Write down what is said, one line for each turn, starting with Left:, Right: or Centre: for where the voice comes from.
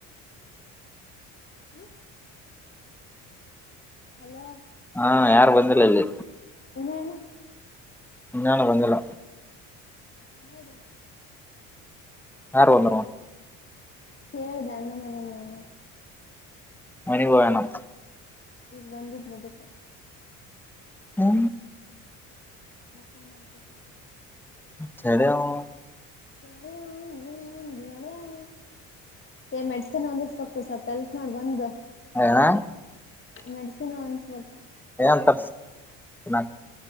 Left: ಹ ಹಲೋ
Centre: ಹಾ ಯಾರು ಬಂದಿಲ್ಲ ಇಲ್ಲಿ
Left: ಇನ್ನೇನು
Centre: ಇನ್ನೇನು ಬಂದಿಲ್ಲ
Left: ಹೌದಾ
Centre: ಯಾರು ಬಂದ
Left: ಹೇಳಿದೆ ಅಣ್ಣನ ಬಂಧನ
Centre: ಮನ ಹೋಗ್ಯಾನ
Left: ಈಗ ಬಂದಿದ್ ಅದಕ್ಕೆ
Centre: ಹ್
Left: ಮಕ್ಕಳಸತ
Centre: ಸಡೆ ಅವನು
Left: ಳೆ ಆ ಹ ಹಂಡಳೆ ಆ ಏ ಮೆಡಸಿನ್ ಒಂದಿಸಬೇಕಕ್ ಸ್ವಲ್ಪ ಎಲ್ಪ್ ಮಾಡ್ ಬಂದ
Centre: ಹೇಣ
Left: ಮೆಡಿಸಿನ್ ಅನ್ಸಬೇಕಬೇಕು
Centre: <unintelligible>